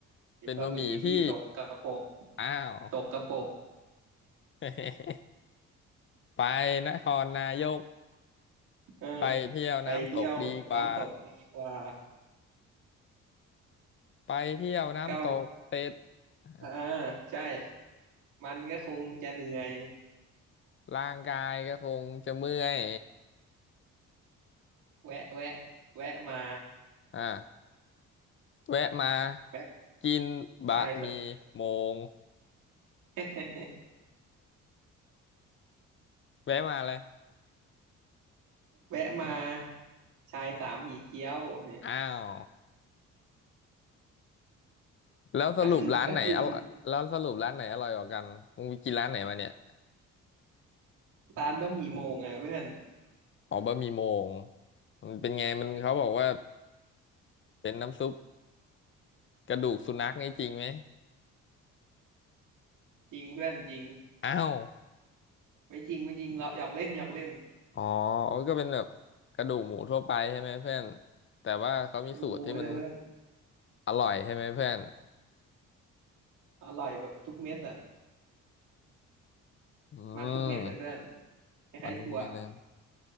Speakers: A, on the right (about 80°); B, on the left (about 40°).
A: เป็นบะหมี่ที่สกปรก
B: เป็นบะหมี่ที่อ้าว
A: สกปรก
B: <laughs> ไปนครนายก
A: เออ
B: ไปเที่ยวน้ำตกดีกว่า
A: ไปเที่ยวน้ำตกดีกว่า
B: ไปเที่ยวน้ำตกเสร็จ
A: ก็ประมาณ
B: อ่า
A: อ่าใช่มันก็คงจะเหนื่อย
B: ร่างกายก็คงจะเมื่อย
A: แวะแวะแวะมา
B: อ่าแวะมา
A: แวะ
B: กินบะหมี่โมง
A: ชายส <laughs>
B: แวะมาเลย
A: แวะมาชายสามหมี่เกี๊ยวเนี่ย
B: อ้าวแล้วสรุปร้านไหนอร่อยแล้วสรุปร้านไหนอร่อยกว่ากันมึงไปกินร้านไหนมาเนี่ย
A: ก็คือก็กินร้านบะหมี่โมงอ่ะเพื่อน
B: อ๋อบะหมี่โมงมันเป็นไงมันเขาบอกว่าเป็นน้ำซุปกระดูกสุนัขนี่จริงไหม
A: จริงเพื่อนจริง
B: อ้าว
A: ไม่จริงไม่จริงเราหยอกเล่นหยอกเล่น
B: อ๋อก็เป็นแบบกระดูกหมูทั่วไปใช่ไหมเพื่อนแต่ว่าเขามีสูตรที่มัน
A: ดูมูเลยเพื่อน
B: อร่อยใช่ไหมเพื่อน
A: อร่อยแบบทุกเม็ดอ่ะ
B: อืม
A: มันทุกเม็ดเลยเพื่อนคล้ายๆถั่ว
B: มันลูกเม็ดนะ